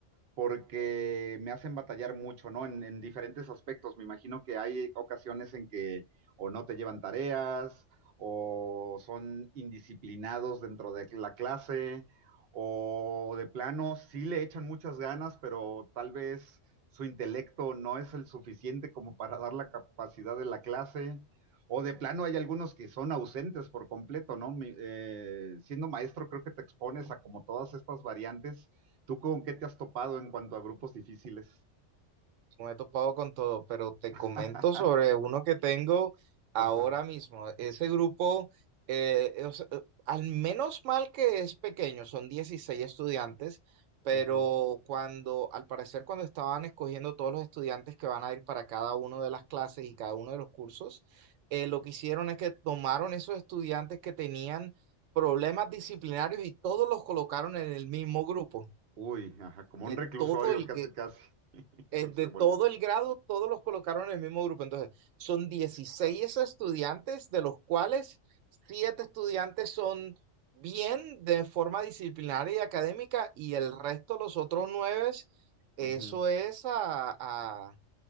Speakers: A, on the right; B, on the right.
A: porque me hacen batallar mucho, ¿no? En, en diferentes aspectos. Me imagino que hay ocasiones en que o no te llevan tareas o son indisciplinados dentro de la clase o de plano sí le echan muchas ganas, pero tal vez su intelecto no es el suficiente como para dar la capacidad de la clase, o de plano hay algunos que son ausentes por completo, ¿no? Mi- eh, siendo maestro creo que te expones a como todas estas variantes. ¿Tú con qué te has topado en cuanto a grupos difíciles?
B: Me he topado con todo, pero te
A: <laughs>
B: comento sobre uno que tengo ahora
A: Ajá.
B: mismo. Ese grupo, eh, o sea, eh, al menos mal que es pequeño, son 16 estudiantes, pero
A: ujú.
B: cuando, al parecer, cuando estaban escogiendo todos los estudiantes que van a ir para cada uno de las clases y cada uno de los cursos, eh, lo que hicieron es que tomaron esos estudiantes que tenían problemas disciplinarios y todos los colocaron en el mismo grupo.
A: Uy, ajá, como
B: De
A: un reclusorio,
B: todo el,
A: casi, casi. <laughs>
B: eh,
A: Se,
B: de
A: se volvió.
B: todo el grado, todos los colocaron en el mismo grupo. Entonces, son 16 estudiantes, de los cuales 7 estudiantes son bien de forma disciplinaria y académica, y el resto, los otros 9, eso
A: Ujú.
B: es a, a